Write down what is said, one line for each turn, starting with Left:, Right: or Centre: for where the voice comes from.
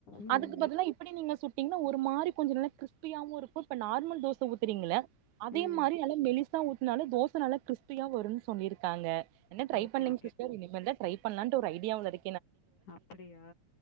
Left: ம்
Right: அதுக்கு
Left: ம்
Right: பதிலா இப்ப நீங்க சுட்டீங்கன்னா ஒரு மாறி கொஞ்சம் நல்லா கிரிஸ்பியா இருக்கும் இப்ப நார்மல் தோசை ஊத்துறீங்க இல்ல அதே
Left: ம்.
Right: மாதிரி நல்லா மெலிசா ஊத்த நாளும் தோசை நல்லா கிரிஸ்பியா வரும்னு சொல்லி இருக்காங்க வேணும்னா ட்ரை
Left: ஓகே
Right: பண்ணுங்க
Left: ஓகே
Right: சிஸ்டர் இனிமேல் தான் ட்ரை பண்ணலான்ட் ஒரு ஐடியாவுல இருக்
Left: அப்படியா